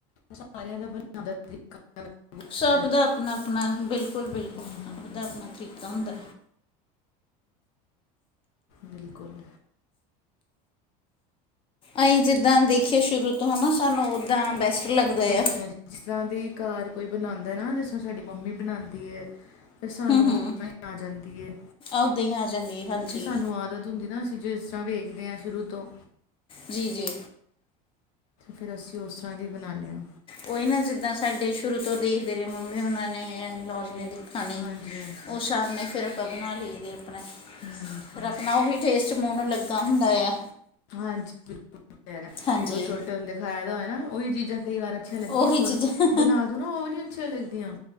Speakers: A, on the left; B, on the left.
A: ਸਾਰਿਆਂ ਦਾ ਬਨਾਣ ਦਾ ਤਰੀਕਾ। ਅਲੱਗ ਹੁੰਦਾ
B: ਸਭ
A: ਹੈ।
B: ਦਾ ਆਪਣਾ ਆਪਣਾ ਬਿਲਕੁਲ ਬਿਲਕੁਲ
A: ਹੂੰ
B: ਆਪਣਾ ਆਪਣਾ ਤਰੀਕਾ ਹੁੰਦਾ
A: ਬਿਲਕੁਲ
B: ਅਸੀਂ ਜਿੱਦਾਂ ਦੇਖੀਏ ਸ਼ੁਰੂ ਤੋਂ ਹੈ ਨਾ, ਸਾਨੂੰ ਉੱਦਾਂ ਬੈਸਟ ਲੱਗਦਾ
A: ਹਾਂਜੀ
B: ਆ
A: ਹਾਂਜੀ ਜਿਸ ਤਰ੍ਹਾਂ ਦੀ ਘਰ ਕੋਈ ਬਣਾਉਂਦਾ ਨਾ, ਜਿਸ ਤਰ੍ਹਾਂ ਸਾਡੀ ਮੰਮੀ ਬਣਾਉਂਦੀ ਹੈ ਫਿਰ ਸਾਨੂੰ
B: ਹੂੰ ਹੂੰ
A: ਉਸ ਤਰਾਂ ਆ ਜਾਂਦੀ ਹੈ,
B: ਓਦਾਂ ਹੀ ਆ ਜਾਂਦੀ ਹੈ ਹਾਂਜੀ
A: ਕਿਉਂਕਿ ਸਾਨੂੰ ਆਦਤ ਹੁੰਦੀ ਨਾ ਜਿਸ ਤਰ੍ਹਾਂ ਵੇਖਦੇ ਹਾਂ ਸ਼ੁਰੂ ਤੋਂ
B: ਜੀ ਜੀ
A: ਫਿਰ ਅਸੀਂ ਉਸ ਤਰ੍ਹਾਂ ਦੀ ਬਣਾਉਂਦੇ ਹਾਂ
B: ਉਹੀ ਨਾ ਜਿੱਦਾਂ ਸਾਡੇ ਸ਼ੁਰੂ ਤੋਂ ਦੇਖਦੇ ਰਹੇ ਮੰਮੀ, ਉਹਨਾਂ ਨੇ ਲੋਸ ਨੇ ਖਾਣੀ,
A: ਹਾਂਜੀ ਹਾਂਜੀ
B: ਉਸ ਹਿਸਾਬ ਨਾਲ ਫਿਰ ਆਪਾਂ ਬਣਾ ਲਈ ਦੇ ਫਿਰ
A: ਹੂਮ
B: ਆਪਣਾ ਉਹ ਵੀ ਟੇਸਟ, ਮੂੰਹ ਨੂੰ ਲੱਗਾ ਹੁੰਦਾ ਆ
A: ਹਾਂਜੀ ਬਿਲਕੁਲ ਠੀਕ ਹੈ,
B: ਹਾਂਜੀ
A: ਜੋ ਛੋਟੇ ਹੁੰਦੇ ਖਾਏ ਦਾ ਹੋਇ ਨਾ ਉਹੀ ਚੀਜ਼ਾਂ ਕਈ ਵਾਰ ਅੱਛੀਆਂ ਲੱਗਦੀਆਂ
B: ਉਹੀ
A: ਹੋਰ
B: ਚੀਜ਼ਾਂ
A: ਬਣਾ ਦੋ ਨਾ ਉਹ ਨਹੀਂ ਅੱਛੀਆਂ ਲਗਦੀਆਂ।